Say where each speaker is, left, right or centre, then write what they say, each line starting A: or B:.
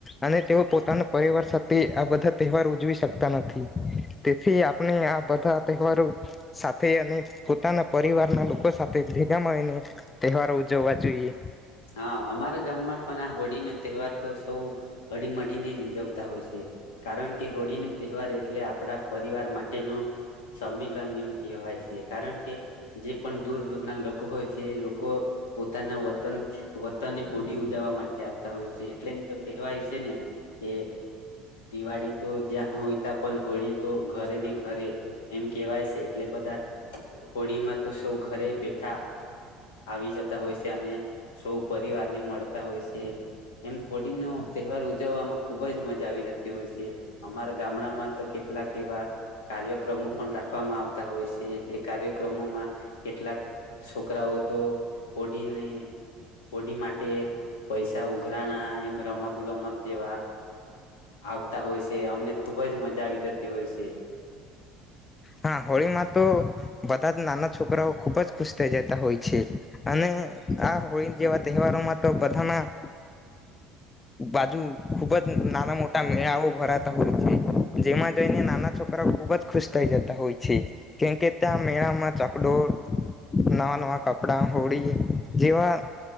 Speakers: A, on the left (about 25°); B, on the left (about 80°).
A: અને તેઓ પોતાના પરિવાર સાથે આ બધા તહેવાર ઉજવી શકે. તેથી આપણે આ બધા તવારો સાથે અને પોતાના પરિવાર ના લોકો સાથે ગમાંય ને તહેવારો ઉજવવા જોઈએ.
B: હા અમારા ગામમાં પણ આ હોળી નો તહેવાર તો સૌ હળીમળીને જ ઉજવશે. છે કારણ કે હરિને તહેવાર એટલે આપણા પરિવાર માટેનું સંમેલન એમ કહેવાય છે કારણ કે જે પણ દૂર દૂર ના લોકો હોય છે એ લોકો પોતાના વતન વતની હોડી ઉજાવા માટે આવતા હોય છે એટલે કહેવાય છે ને કે દિવાળી તો જ્યાં હોયતા પણ હોળી તો ઘરે ને ઘરે એમ કેવાય છે એટલે બધા હોળી માં તો સૌ ઘરે બેઠા આવી જતા હોય છે અને સૌ પરિવાર ને મળતા હોય છે. એમ હોડીનો તહેવાર ઉજવવામાં ખુબ જ મજા આવી જતી હોય છે અમારા ગામડામાં તો કેટલાક એવા કાર્યક્રમો પણ રાખવામાં આવતા હોય છે એ કાર્યક્રમોમાં કેટલાક છોકરાઓ તો હોડીને હોડી માટે પૈસા ઉઘરાના એમ રમત ગમત જેવા આવતા હોય છે અમને ખુબ જ મજા આવી જતી હોય છે.
A: હા હોળીમાં તો બધા જ નાના છોકરાઓ ખુબ જ ખુશ થઈ જતા હોય છે, અને આ હોળી જેવા તહેવારોમાં તો બધાના બાજુ ખુબ જ નાના મોટા મેળાઓ ભરાતા હોય છે, જેમાં જઈને નાના છોકરાઓ ખુબ જ ખુશ થઈ જતા હોય છે, કેમકે ત્યાં મેળામાં ચકડોળ નવાં નવા કપડાં હોળી જેવા